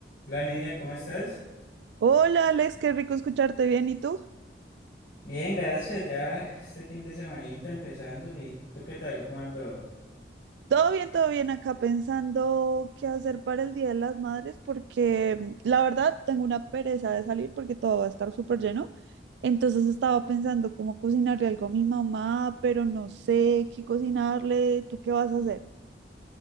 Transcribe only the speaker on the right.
Hola Alex, qué rico escucharte bien. ¿Y tú?
Todo bien, todo bien acá pensando qué hacer para el Día de las Madres porque mm, la verdad tengo una pereza de salir porque todo va a estar súper lleno. Entonces estaba pensando cómo cocinarle algo a mi mamá, pero no sé qué cocinarle. ¿Tú qué vas a hacer?